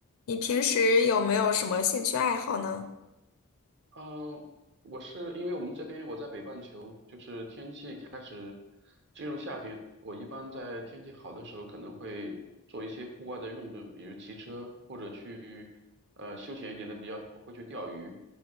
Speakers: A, on the left; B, on the right.
A: 你平时有没有什么兴趣爱好呢？
B: 嗯，我是因为我们这边我在北半球，就是天气开始进入夏天，我一般在天气好的时候可能会做一些户外的运动，比如骑车或者去呃休闲一点的，比较会去钓鱼，